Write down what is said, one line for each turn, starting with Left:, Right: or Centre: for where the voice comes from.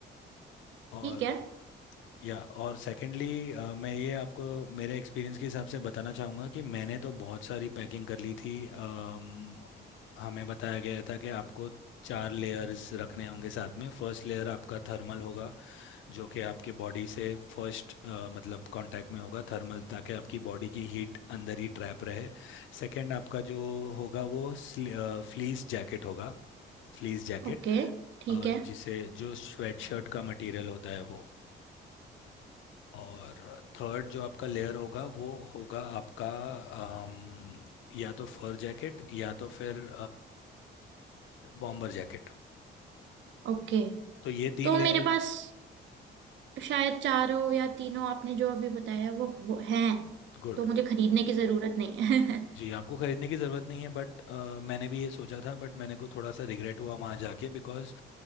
Left: और
Right: ठीक है
Left: या और सेकेंडली मैं ये आपको मेरे एक्सपीरियंस के हिसाब से बताना चाहूँगा कि मैंने तो बहुत सारी पैकिंग कर ली थी अम, हमें बताया गया था कि आपको चार लेयर्स रखने होंगे साथ में फर्स्ट लेयर आपका थर्मल होगा जो कि आपकी बॉडी से फर्स्ट मतलब कांटेक्ट में होगा थर्मल ताकि आपकी बॉडी की हीट अंदर ही ट्रैप रहे सेकंड आपका जो होगा वो फ्लीस जैकेट होगा फ्लीस जैकेट
Right: ओके ठीक है
Left: जिसे जो स्वेट शर्ट का मटेरियल होता है वो और थर्ड जो आपका लेयर होगा वो होगा आपका अम, या तो फर जैकेट या तो फिर बॉम्बर जैकेट
Right: ओके
Left: तो ये तीन
Right: तो
Left: लेयर
Right: मेरे पास शायद चारों या तीनों आपने जो अभी बताया वो, वो हैं
Left: गुड
Right: तो मुझे खरीदने की जरूरत नहीं है <laughs>
Left: जी आपको खरीदने की ज़रूरत नहीं है बट मैंने भी ये सोचा था बट मैंने को थोड़ा सा रिग्रेट हुआ वहाँ जाके बिकॉज